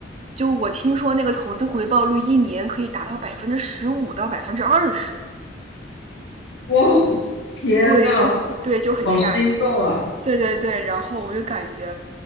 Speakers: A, on the right; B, on the left.
A: 就我听说那个投资回报率一年可以达到百分之十五到百分之二十，
B: 哇，天呐，
A: 对，就很对，就很吓人。
B: 好心动啊！
A: 对对对，然后我就感觉，